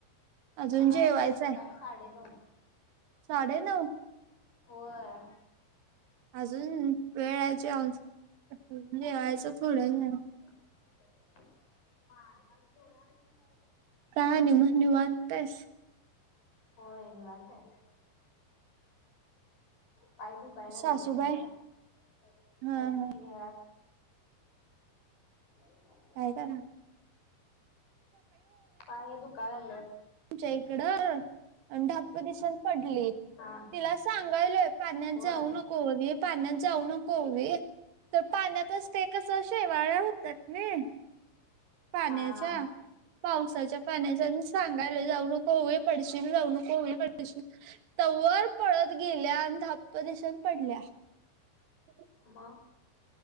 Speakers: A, on the left; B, on the right.
A: किती
B: अजून
A: वाजले
B: जेवायचं
A: बघा
B: आहे
A: साडे नऊ
B: साडे नऊ
A: होय.
B: अजून वेळ आहे जेवायची जेवायचं थोडं जेवायचं.
A: <unintelligible>
B: काय नाही मग निवांत आहेस.
A: होय निवांत आहे. पाय दुख दुखाय लागलं
B: सासूबाई
A: जरा आहेत
B: हा हा
A: कि घरात. ह
B: ऐका ना.
A: पाय दुखाय लागलेत.
B: तुमच्या इकडं आण ढापं दिशीन पडले.
A: हा
B: तिला सांगायलोय पाण्यात
A: होय
B: जाऊ नको ओवी पाण्यात जाऊ नको ओवी. तर पाण्यातच ते कस शेवाळ होतात नाही. पाण्याच्या
A: हा हा
B: पावसाच्या पाण्याच्या आणि सांग य जाऊ नको ओवी पडशील जाऊ नकोओवी पडशील. तवर पळत गेल्या आणि धाप्प दिशीन पडल्या. ह
A: मग